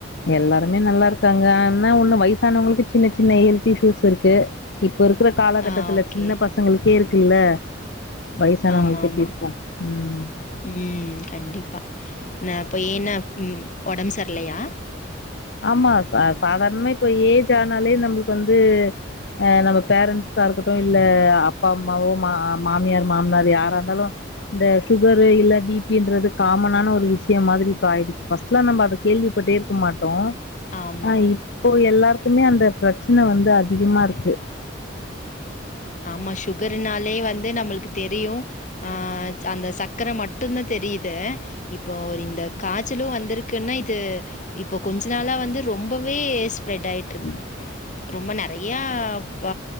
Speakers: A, on the left; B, on the left.
A: எல்லாருமே நல்லா இருக்காங்க ஆனா ஒன்னு வயசானவுங்களுக்கு சின்ன சின்ன ஹெல்த் இஷ்யூஸ் இருக்கு இப்ப இருக்கிற காலகட்டத்துல
B: ஆ ஓகே
A: சின்ன பசங்களுக்கே இருக்குல்ல வயசான
B: ஆமா
A: அவுங்களுக்கு
B: ஆமா
A: எப்டி இருக்கு ம்
B: ம் கண்டிப்பா நா போயினா ம் ஒடம்பு சர்லயா
A: ஆமா ச சாதாரணமா இப்ப ஏஜ் ஆனாலே நம்மளுக்கு வந்து அ நம்ம பேரன்ட்ஸ் தா இருக்கட்டு இல்ல அப்பா அம்மாவோ மா மாமியார் மாமனார் யாரா இருந்தாலு இந்த சுகரு இல்ல பி பி ன்றது காமனான ஒரு விஷ்யோ மாதிரி இப்ப ஆயிடுச்சு ஃபஸ்ட்டுலா நம்ம அது கேள்விப்பட்டே இருக்கமாட் டோ
B: ஆமா
A: ஆ இப்போ எல்லாருக்குமே அந்த பிரெச்சன வந்து அதிகமா இருக்கு
B: ஆமா சுகர்னாலே வந்து நம்மளுக்கு தெரியு ஆ ஜ் அந்த சக்கர மட்டுதா தெரியுது இப்போ இந்த காய்ச்சலு வந்திருக்குன்னா இது இப்போ கொஞ்ச நாளா வந்து ரொம்பவே ஸ்ப்ரெட் ஆயி
A: <inaudible>
B: ரொம்ப நெறைய வ